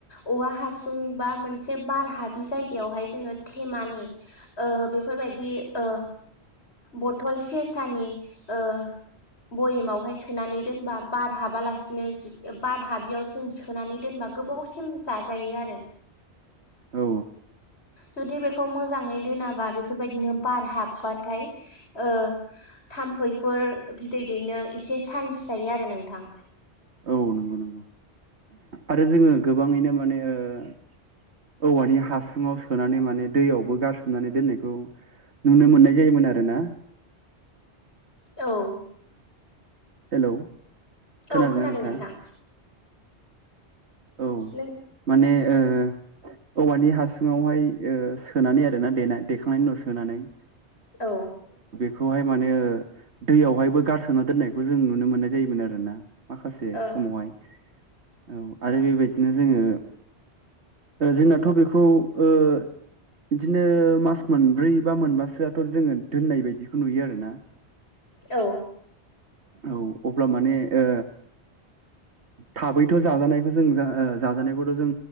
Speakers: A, on the left; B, on the right.
A: औवा हासुं बा मोनसे बार हाबि जायगायावहाय जोङो थेमानि ओ बेफोरबायदि ओ बथल सेसानि ओ भयेमावहाय सोनानै दोनबा बार हाबालासिनो बार हाबियाव जों सोनानै दोनबा गोबावसिम जाजायो आरो
B: औ
A: जुदि बेखौ मोजाङै दोनाबा बेफोरबायदिनो बार हाबबाथाय ओ थाम्फैफोर बिदै दैनो एसे चान्स जायो आरो नोंथां
B: औ नंगौ नंगौ आरो जोङो गोबाङैनो माने ओ औवानि हासुङाव सोनानै माने दैयावबो गारसोमनानै दोननायखौ नुनो मोननाय जायोमोन आरो ना
A: औ
B: हेलौ खोनादोंना
A: औ खोनादों
B: नोंथाङा
A: नोंथां
B: औ
A: नों
B: माने ओ औवानि हासुङावहाय ओ सोनानै आरोना देनाय देखांनायनि उनाव सोनानै
A: औ
B: खौहाय माने दैयावहायबो गारसोना दोननायखौ जों नुनो मोननाय जायोमोन आरो ना माखासे
A: औ
B: समावहाय औ आरो बेबायदिनो जोङो ओ जोंनाथ बेखौ ओ बिदिनो मास मोनब्रै बा मोनबासोआथ जोङो दोननाय बायदिखौ नुयो आरोना
A: औ
B: औ अब्ला माने ओ थाबैथ जाजानाय खौ जों जा ओ जाजानायखौथ जों